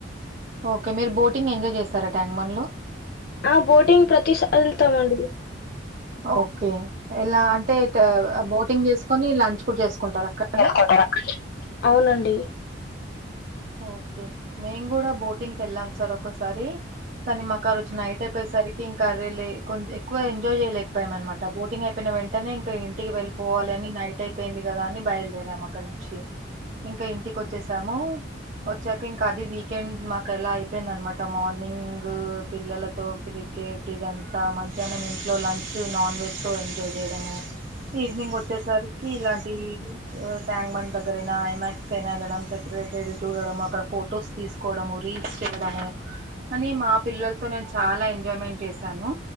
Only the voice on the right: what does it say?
ఓకే మీరు బోటింగ్ ఎంజాయ్ చేసారా ట్యాంక్ బన్డ్ లో
ఓకే ఎలా అంటే ట బోటింగ్ జేసుకొని లంచ్ కూడ చేసుకుంటారుక్కడ్నే
ఓకే మేం గూడ బోటింగ్ కెళ్ళాం సార్ ఒకసారి కనీ మాకారోజు నైట్ అయిపోయేసరికి ఇంకా రే లే కొంచం ఎక్వ ఎంజాయ్ జేయలేకపోయామనమాట బోటింగ్ అయిపోయిన వెంటనే ఇంక ఇంటికి వెళ్ళిపోవాలని నైట్ అయి పోయింది కదా అని బయలుదేరాం అక్కడ్ నుంచి ఇంకా ఇంటికొచ్చేసాము వచ్చాక ఇంక అది వీకెండ్ మాకు అలా అయిపోయిందనమాట మార్నింగ్ పిల్లలతోటి కేట్ ఇదంతా మధ్యాహ్నం ఇంట్లో లంచ్ నాన్ వెజ్ తో ఎంజాయ్ చేయడము ఈవినింగ్ వచ్చేసరికి ఇలాంటియి ట్యాంక్ బండ్ దగ్గరైనా, ఐమాక్స్ కైనా ఎళ్లడం సెక్రేటెరి చూడడం, అక్కడ ఫొటోస్ తీసుకోవడము, రీల్స్ చేయడము కని మా పిల్లలతో నేను చాలా ఎంజాయ్మెంట్ చేసాను